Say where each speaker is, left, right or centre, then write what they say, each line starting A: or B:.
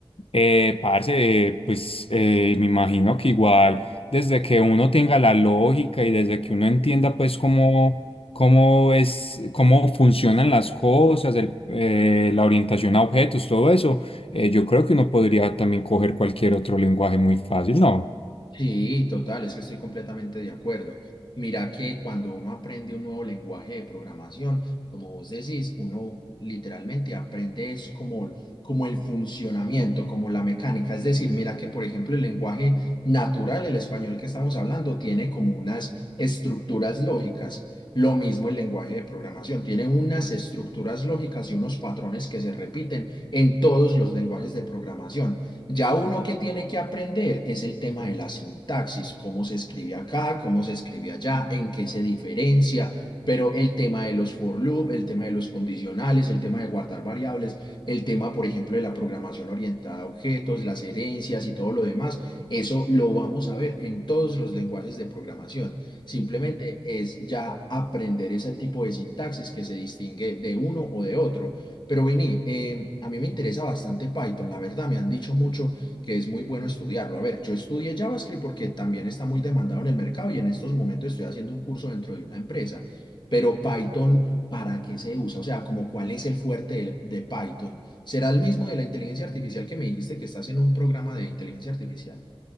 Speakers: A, on the left; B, on the left.
A: eh, parce, eh, pues eh, me imagino que igual, desde que uno tenga la lógica y desde que uno entienda, pues, cómo cómo es, cómo funcionan las cosas, el- eh, la orientación a objetos, todo eso, eh, yo creo que uno podría también coger cualquier otro lenguaje muy fácil, ¿no?
B: Sí, total, es que estoy completamente de acuerdo. Mira que cuando uno aprende un nuevo lenguaje de programación, como vos decís, uno literalmente aprende es como, como el funcionamiento, como la mecánica. Es decir, mira que, por ejemplo, el lenguaje natural, el español que estamos hablando, tiene como unas estructuras lógicas. Lo mismo el lenguaje de programación, tiene unas estructuras lógicas y unos patrones que se repiten en todos los lenguajes de programación. Ya uno que tiene que aprender es el tema de la sintaxis, cómo se escribe acá, cómo se escribe allá, en qué se diferencia, pero el tema de los for loop, el tema de los condicionales, el tema de guardar variables, el tema, por ejemplo, de la programación orientada a objetos, las herencias y todo lo demás, eso lo vamos a ver en todos los lenguajes de programación. Simplemente es ya aprender ese tipo de sintaxis que se distingue de uno o de otro. Pero Vini, eh, a mí me interesa bastante Python, la verdad, me han dicho mucho que es muy bueno estudiarlo. A ver, yo estudié JavaScript porque también está muy demandado en el mercado y en estos momentos estoy haciendo un curso dentro de una empresa. Pero Python, ¿para qué se usa? O sea, como cuál es el fuerte del- de, Python. ¿Será el mismo de la inteligencia artificial que me dijiste que estás en un programa de inteligencia artificial?